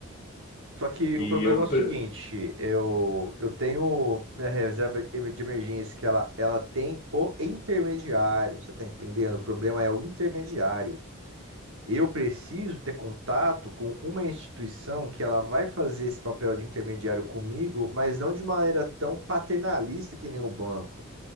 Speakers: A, on the right; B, on the left.
A: Só que
B: E
A: o problema
B: eu,
A: é o seguinte,
B: pre-
A: eu, eu tenho minha reserva em- de emergência que ela, ela tem o intermediário, você tá entendendo? O problema é o intermediário. Eu preciso ter contato com uma instituição que ela vai fazer esse papel de intermediário comigo, mas não de maneira tão paternalista que nem o banco,